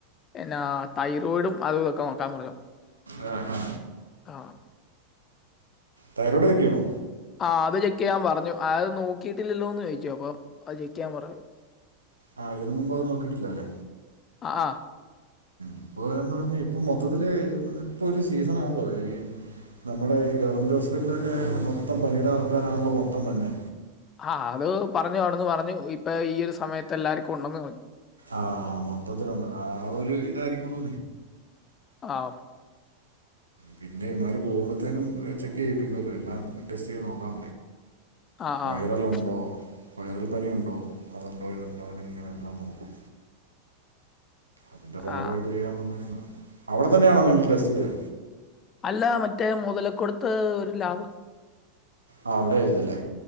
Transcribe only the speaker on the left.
എന്നാ തൈറോയിഡും അതു തൊക്കെ നോക്കാൻ പറഞ്ഞു,
ആ
ആ അത് ചെക്ക് ചെയ്യാൻ പറഞ്ഞു, അത് നോക്കിയിട്ടില്ലല്ലോന്ന് ചോദിച്ചു അപ്പംഅത് ചെക്ക് ചെയ്യാൻ പറഞ്ഞു.
ആ.
ആ അത് പറഞ്ഞു അവിടുന്ന് പറഞ്ഞ് ഇപ്പൊ ഈ യൊരു സമയത്ത് എല്ലാർക്കും ഉണ്ടന്ന് പറഞ്ഞു.
ആഹ്.
ആ
ആ ആ
ആ.
അല്ല മറ്റേ മുതല കൊടുത്ത് ഒരു ലാഭ്